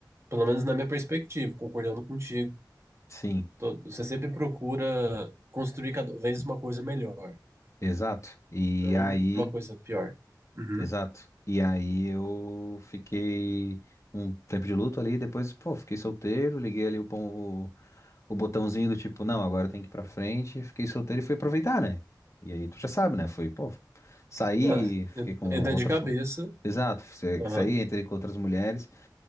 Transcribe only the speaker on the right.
Pelo menos na minha perspectiva, concordando contigo.
To- Você sempre procura construir cada vez uma coisa melhor,
não
uma coisa pior. Uhum.
Ah,
en-
entra
de cabeça.
Aham.